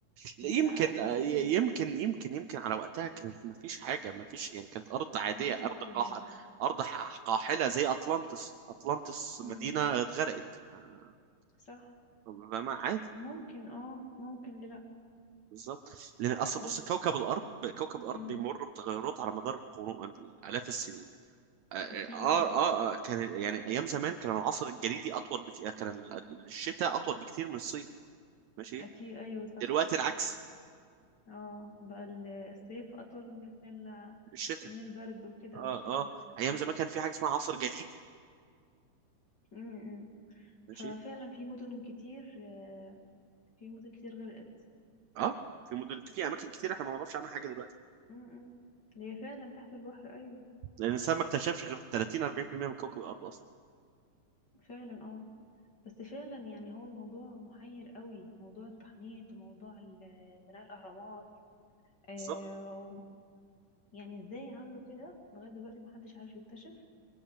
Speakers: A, on the right; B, on the left.
A: لا،
B: دي
A: يمكن
B: بقى تدخل
A: آه، ي- يمكن يمكن يمكن على وقتها كانت ما فيش حاجه ما فيش يعني كانت ارض عاديه
B: مفيش
A: ارض
B: بحر
A: قاح
B: هنا
A: ارض ح- قاحله زي اطلانتس اطلانتس
B: امم
A: مدينه اتغرقت ما
B: صح
A: ما- ما- عادي
B: ممكن آه ممكن ليه لأ
A: بالظبط لان اصلا بص
B: بس
A: كوكب الارض كوكب الارض
B: امم
A: بيمر بتغيرات على مدار قرون الاف السنين اه
B: اكيد
A: اه,
B: طبعا
A: آه آه، كان يعني ايام زمان كان العصر الجليدي اطول بك... آه، كان ال- الشتاء اطول بكتير من الصيف ماشي
B: اكيد ايوه صح
A: دلوقتي العكس
B: اه بقى ال- الصيف اطول من ال
A: الشتاء
B: من البرد وكده
A: اه
B: والشتاء
A: اه
B: صح
A: ايام زمان كان في حاجه اسمها عصر جليدي
B: امم
A: ماشي
B: ففعلا في مدن كتير آه، في مدن كتير غرقت
A: اه في مدن في اماكن كتير احنا ما نعرفش عنها حاجه دلوقتي
B: امم اللي هي فعلا تحت البحر ايوه
A: لان الانسان ما اكتشفش غير 30 40% من كوكب الارض اصلا
B: فعلا اه بس فعلا يعني هو الموضوع محير قوي موضوع التحنيط وموضوع ال- بناء الاهرامات آه،
A: بالظبط
B: يعني ازاي عملوا كده لغايه دلوقتي محدش عارف يكتشف